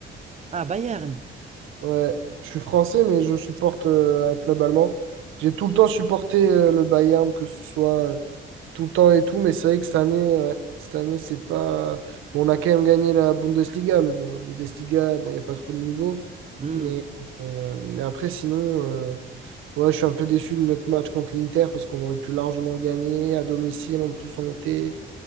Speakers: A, on the right; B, on the right.
A: Ah, Bayern.
B: Ouais, je suis français, mais je supporte euh, un club allemand. J'ai tout le temps supporté euh, le Bayern, que ce soit euh, tout le temps et tout, mais c'est vrai que cette année, ouais, cette année, c'est pas. Bon, on a quand même gagné la Bundesliga, mais bon, la Bundesliga, bon, il n'y a pas trop de niveau.
A: Hum.
B: Mais, euh, mais après, sinon, euh, ouais, je suis un peu déçu de notre match contre l'Inter parce qu'on aurait pu largement gagner à domicile. En plus, on était.